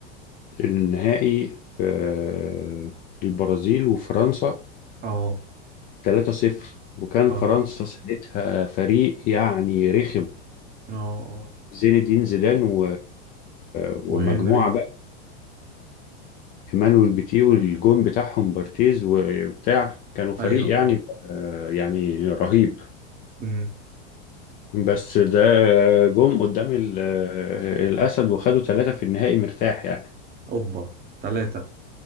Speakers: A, on the left (about 25°); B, on the right (about 25°).
A: النهائي آه، البرازيل وفرنسا
B: اه
A: 3-0 وكان
B: اه
A: فرنسا ساعتها فريق يعني رخم
B: اه اه
A: زين الدين زيدان و... ومجموعة
B: وهنري
A: بقى ايمانويل بيتيه والجون بتاعهم بارتيز وبتاع كانوا فريق
B: ايوه
A: يعني
B: أيوة.
A: آه، يعني رهيب
B: امم
A: بس ده جم قدام ال- آه، الأسد وخدوا ثلاثة في النهائي مرتاح يعني
B: اوبا ثلاثة